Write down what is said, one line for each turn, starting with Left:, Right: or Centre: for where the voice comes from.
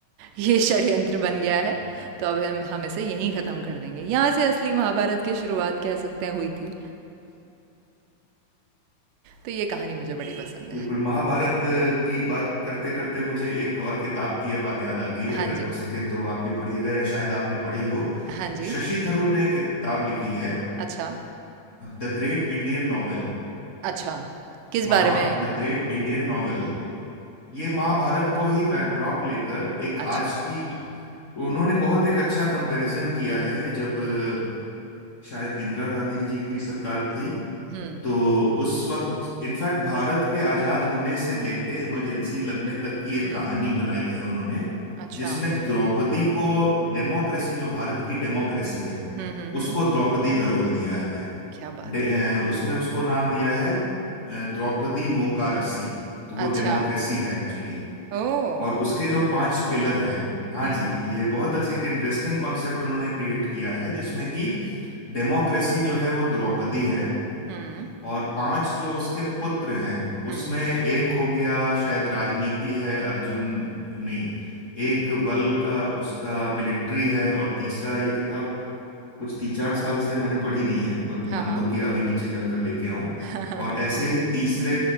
Right: ये षड्यंत्र बन गया है तो अब हम हम इसे यहीं ख़त्म कर देंगे यहाँ से असली महाभारत की शुरुआत कह सकते हैं हुई थी तो ये कहानी मुझे बड़ी पसंद है
Left: बिल्कुल महाभारत अ, की बात करते करते मुझे एक और किताब की यह बात याद आ गई
Right: हाँ
Left: अगर
Right: जी
Left: हो सके तो आप भी पढ़िएगा या शायद आपने पढ़ी हो
Right: हाँ जी
Left: शशि थरूर ने एक किताब लिखी है
Right: अच्छा
Left: The great Indian novel
Right: अच्छा किस बारे
Left: महा
Right: में है ये
Left: द ग्रेट इंडियन नॉवेल ये महाभारत को ही बैकड्रॉप लेकर एक
Right: अच्छा
Left: आज की उन्होंने बहुत एक अच्छा कंपैरिजन किया है ये जब अ, शायद इंदिरा गांधी जी की सरकार थी
Right: हम्म
Left: तो उस वक्त इनफैक्ट भारत के आजाद होने से लेके इमरजेंसी लगने तक की एक
Right: हम्म
Left: कहानी बनाई है उन्होंने
Right: अच्छा
Left: जिसमें द्रौपदी को डेमोक्रेसी जो भारत की डेमोक्रेसी है
Right: हम्म हम्म हम्म
Left: उसको द्रौपदी का रोल दिया है
Right: क्या बात
Left: डे-
Right: है
Left: अ, उसमें उसको नाम दिया है अ, द्रौपदी मोकारसी तो
Right: अच्छा
Left: वो डेमोक्रेसी है एक्चुअली
Right: ओह
Left: और उसके जो पांच पिलर हैं हाँ
Right: हम्म
Left: जी ये बहुत अच्छे एक इंटरेस्टिंग कॉन्सेप्ट उन्होंने क्रिएट किया
Right: हम्म
Left: है जिसमें कि डेमोक्रेसी जो है वो द्रौपदी है
Right: हम्म
Left: और पांच जो उसके पुत्र हैं
Right: हम्म
Left: उसमें एक हो गया शायद राजनीति है अर्जुन नहीं एक बल का उसका मिलिट्री है और तीसरा ये किताब कुछ तीन चार साल से मैंने पढ़ी नहीं है पर
Right: हाँ
Left: मन
Right: हाँ
Left: तो किया अभी नीचे जाकर लेके आऊं
Right: <laughs>
Left: और ऐसे ही तीसरे